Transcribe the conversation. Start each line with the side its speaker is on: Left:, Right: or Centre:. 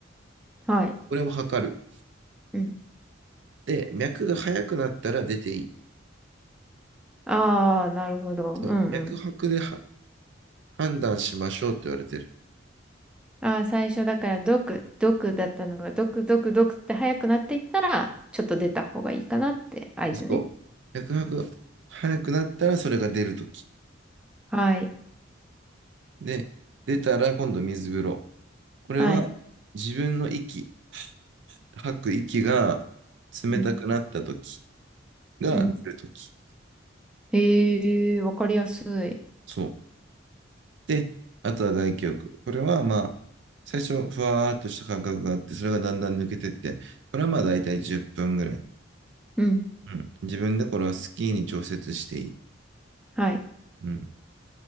Centre: はい。
Right: これを測る。
Centre: うん。
Right: で、脈が速くなったら出ていい。
Centre: ああ、なるほど。うんうん。
Right: そう脈拍では判断しましょうって言われてる。
Centre: ああ、最初だから、毒、毒だったのが、毒、毒、毒って早くなっていったら、ちょっと出た方がいいかなって合図ね。
Right: そう。脈拍が速くなったらそれが出るとき。
Centre: はい。
Right: で、出たら今度水風呂。これは
Centre: はい。
Right: 自分の息、吐く息が冷たくなった時
Centre: うん。
Right: が出る時。
Centre: うん。へえ、わかりやすい。
Right: そう。で、あとは外気浴。これはまあ、最初、ふわーっとした感覚があって、それがだんだん抜けてって、これはまあ大体10分ぐらい。
Centre: うん。
Right: うん。自分でこれはスキーに調節していい。
Centre: はい。
Right: うん。っ